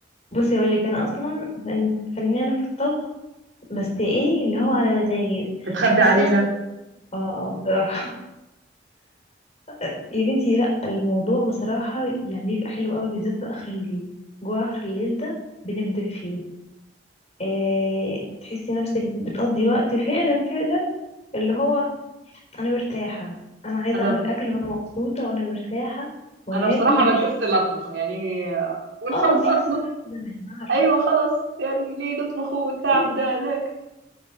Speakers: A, on the left (about 40°); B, on the right (about 80°).
A: بصي اقول لك انا اصلا فن- فنانه في الطبخ بس ايه اللي هو على مزاجي
B: بتخبي
A: بحس
B: علينا
A: نفسي اه آه، بصراحه <laughs> يا بنتي لا الموضوع بصراحه يعني بيبقى حلو قوي بالذات بقى اخر الليل جوه اخر الليل ده بنبدع فيه إيه تحسي نفسك بتقضي وقت فعلا فعلا اللي هو انا مرتاحه انا عايزه
B: انا
A: اعمل اكل وانا مبسوطه وانا مرتاحه وهاكل
B: انا بصراحه
A: وهشرب
B: بكسل اطبخ يعني قول
A: اه
B: خلاص
A: انتي
B: اطلب
A: كسلانه من زمان أنا عارفه
B: ايوه خلاص يعني ليه نطبخه والتعب
A: <laughs>
B: ده ليه